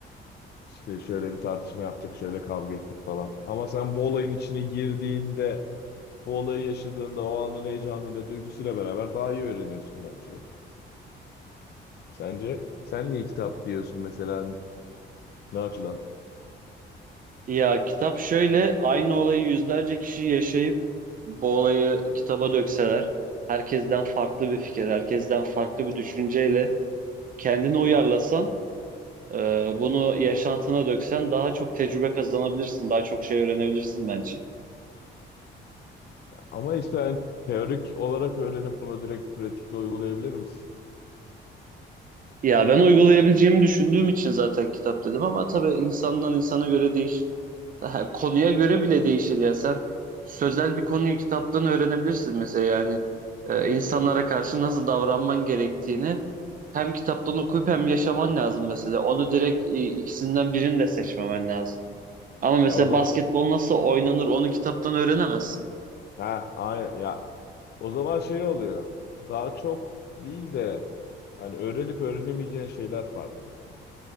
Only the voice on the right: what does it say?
Ya kitap şöyle aynı olayı yüzlerce kişi yaşayıp bu olayı kitaba dökseler herkesten farklı bir fikir, herkesten farklı bir düşünceyle kendini uyarlasan e, bunu yaşantına döksen daha çok tecrübe kazanabilirsin, daha çok şey öğrenebilirsin bence.
Ya ben uygulayabileceğimi düşündüğüm için zaten kitap dedim ama tabii insandan insana göre değişir. Daha konuya göre bile değişir ya. Sen sözel bir konuyu kitaptan öğrenebilirsin mesela yani Ee, insanlara karşı nasıl davranman gerektiğini hem kitaptan okuyup hem yaşaman lazım mesela. Onu direkt e, ikisinden birini de seçmemen lazım. Ama mesela
basketbol nasıl oynanır onu kitaptan öğrenemezsin.